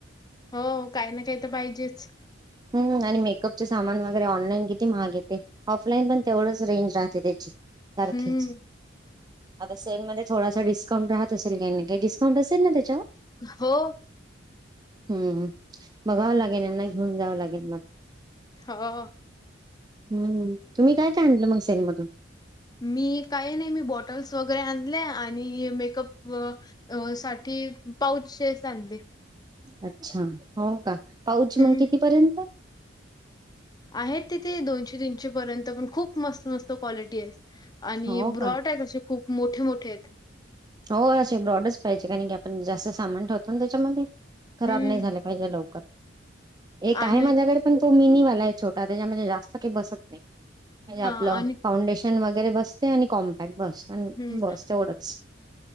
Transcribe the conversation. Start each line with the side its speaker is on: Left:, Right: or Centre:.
Left: हो काही ना काही तर पाहिजेच.
Right: हम् आणि मेकअपचे सामान वगैरे ऑनलाईन किती महाग येते ऑफलाईन पण तेवढंच रेंज आहे. तेची सारखीच
Left: हम्म.
Right: आता सेलमध्ये थोडासा डिस्काउंट राहत असेल काही नाही काय डिस्काउंट असेल ना त्याच्यावर
Left: हो
Right: हम्म बघावं लागेल यांना घेऊन जावं लागेल मग,
Left: हो
Right: हम्म तुम्ही काय काय आणलं मग सेल मधून
Left: मी काही नाही मी बॉटल्स वगैरे आणले आणि मेकअप अ साठी पाऊचेस आपले.
Right: अच्छा हो का पाऊच मंग
Left: हम्म.
Right: कितीपर्यंत.
Left: आहेत तिथे दोनशे तीनशे पर्यंत पण खूप मस्त मस्त क्वालिटीये आणि
Right: हो का
Left: ब्रॉटेना असे खूप मोठे मोठे आहेत
Right: हो असे ब्रॉडच पाहिजे कारण की आपण जास्त सामान ठेवतो ना त्याच्यामध्ये खराब
Left: हम्म.
Right: नाही झाले पाहिजे लवकर एक
Left: आणि
Right: आहे माझ्याकडे पण उमिनी वाला ए छोटा त्याच्याहून जास्त काही बसत नाही, म्हणजे
Left: हा
Right: आपलं
Left: आणि
Right: फाउंडेशन वगैरे बसते आणि कॉम्पॅक्ट बस अन
Left: हम्म.
Right: बस तेवढंच.